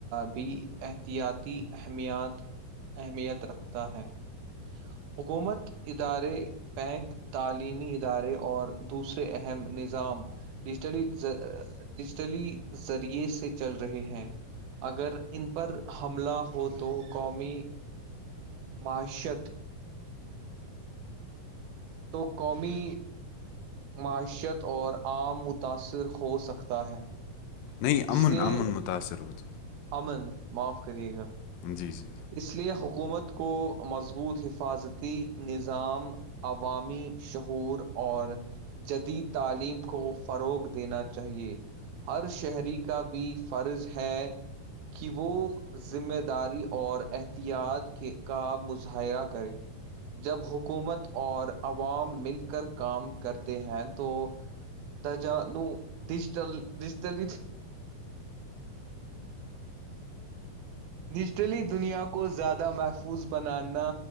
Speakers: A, on the right; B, on the left.
A: بھی احتیاطی اہمییات اہمیت رکھتا ہے حکومت ادارے بینک تعلیمی ادارے اور دوسرے اہم نظام ڈیجیٹلی ڈیجیٹلی ذریعے سے چل رہے ہیں اگر ان پر حملہ ہو تو قومی معیشت تو قمی معیشت اور عام متاثر ہو سکتا ہے
B: نہیں
A: اس
B: امن
A: لیے
B: امن متاأثر ہوت
A: امن معاف کریے گا
B: جی جی
A: اس لیے حکومت کو مضبوط حفاظتی نظام عوامی شعور اور جدید تعلیم کو فروغ دینا چاہیے ہر شہری کا بھی فرض ہے کہ وہ ذمہ داری اور احتیاط کے کا مظاہرہ کرے جب حکومت اور عوام مل کر کام کرتے ہیں تو تجا ڈجٹل ڈجٹلی ڈیجیٹلی دنیا کو زیادہ محفوظ بنانا